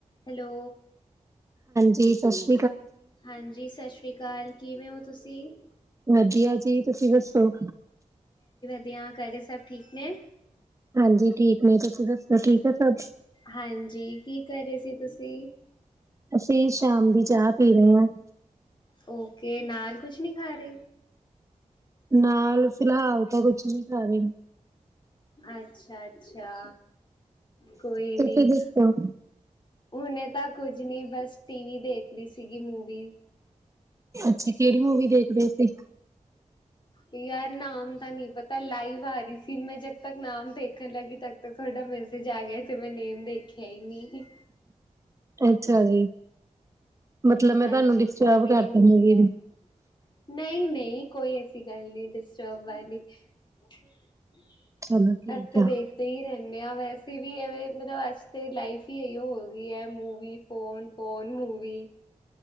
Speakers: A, on the left; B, on the right.
A: ਹੈਲੋ
B: ਠੀਕ ਹੋ
A: ਹਾਂਜੀ ਸਤਿ ਸ੍ਰੀ ਅਕਾਲ, ਕਿਵੇਂ ਹੋ ਤੁਸੀਂ?
B: ਵਧੀਆ ਜੀ ਤੁਸੀਂ ਦੱਸੋ
A: ਵਦੀਆਂ, ਕਰੇ ਸਭ ਠੀਕ ਨੇ?
B: ਹਾਂਜੀ ਠੀਕ ਨੇ, ਤੁਸੀਂ ਦੱਸੋ ਠੀਕ ਹੈ ਸਭ?
A: ਹਾਂਜੀ, ਕੀ ਕਰ ਰਹੇ ਸੀ ਤੁਸੀਂ
B: ਅਸੀਂ ਸ਼ਾਮ ਦੀ ਚਾਹ ਪੀ ਰਹੇ ਆ
A: ਓਕੇ ਨਾਲ ਕੁਛ ਨਹੀ ਖਾ ਰਹੇ
B: ਨਾਲ ਫਿਲਹਾਲ ਤਾਂ ਕੁਛ ਨ ਖਾ ਰਹੇ
A: ਅੱਛਾ-ਅੱਛਾ। ਕੋਈ
B: ਤੁਸੀ
A: ਨੀ
B: ਦਸੋ
A: ਹੁਣੇ ਤਾਂ ਕੁੱਝ ਨਹੀਂ, ਬਸ ਟੀਵੀ ਦੇਖ ਰੀ ਸੀਗੀ ਮੂਵੀ
B: ਅੱਛਾ ਕਿਹੜੀ ਮੂਵੀ ਦੇਖਦੇਂ ਸੀ
A: ਯਾਰ ਨਾਮ ਤਾਂ ਨਹੀਂ ਪਤਾ, ਲਾਈਵ ਆ ਰਹੀ ਸੀ ਮੈਂ ਜਦ ਤੱਕ ਨਾਮ ਦੇਖਣ ਲੱਗੀ ਤਦ ਤੱਕ ਤੁਹਾਡਾ ਮੈਸੇਜ ਆ ਗਿਆ ਤੇ ਮੈਂ ਨੇਮ ਦੇਖਿਆ ਖਯਾ ਹੀ ਨਹੀਂ
B: ਅੱਛਾ ਜੀ ਮਤਲਬ ਮੈਂ
A: ਹਾਂਜੀ,
B: ਤੁਹਾਨੂੰ ਡਿਸਟਰਬ
A: ਕੋਮੇਡੀ
B: ਕਰਤਾ
A: ਮੂਵੀ ਹੈ,
B: ਨੂੰ
A: ਨਹੀਂ ਨਹੀਂ ਕੋਈ ਐਸੀ ਗੱਲ ਨਹੀ ਡਿਸਟਰਬ ਵਾਲੀ। <unintelligible>
B: ਚਲੋ ਠੀਕ
A: ਅਸ ਤਾ
B: ਆ
A: ਦੇਖਦੇ ਹੀ ਰਹਿ ਹਦੇ ਹ ਵੈਸੇ ਵੀ ਐਵੇਂ ਮਤਲਬ ਅੱਜ ਤੇ ਲਾਈਫ ਹੀ ਇਹੋ ਗਈ ਹੈ। Movie, phone phone, movie.